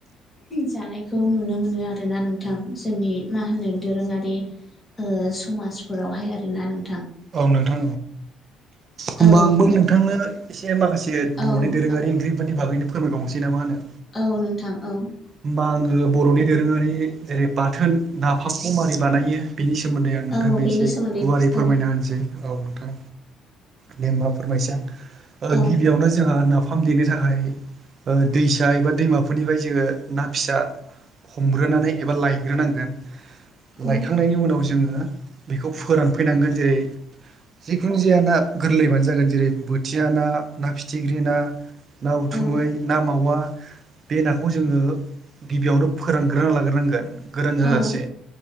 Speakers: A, on the left (about 15°); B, on the right (about 45°).
A: जानायखौ नुनो मोनो आरोना नोंथां। जोंनि मा होनो दोरोङारि ओ समाजफोरावहाय आरोना नों।
B: औ नोंथां होमबा
A: औ
B: आंबो नोंथांनो एसे माखासे <unintelligible>
A: औ
B: बर'नि दोरोङारि ओंख्रिफोरनि बागैनो फोरायबावनोसै ना मा होनो।
A: औ नोंथां औ।
B: होमबा आङो बर'नि दोरोङारि जेरै बाथोन नाफामखौ मारै बानायो बिनि सो सोमोन्दै आं नोंथांनो
A: औ बेनि
B: एसे
A: सोमोन्दै
B: गुवारै फोरमायना
A: औ
B: होनो। सै औ नोंथां दे होनबा फोरमायसां
A: औ
B: गिबियावनो जोंहा ना। फाम देनो थाखाय ओ दैसा एबा दैमाफोरनिफ्राय जोङो ना फिसा। हमग्रोनानै एबा लायग्रोनांगोन
A: औ
B: लायखांनायनि उनाव जोङो बेखौ फोरानफैनांगोन जेरै जिखुनु जाया ना गोरलैबानो जागोन जेरै बोथिया ना ना फिथिग्रि ना। ना उथुमै
A: औ
B: ना मावा बे नाखौ जोङो गिबियावनो फोरानग्रोना लाग्रोनांगोन गोरान जाजासे
A: औ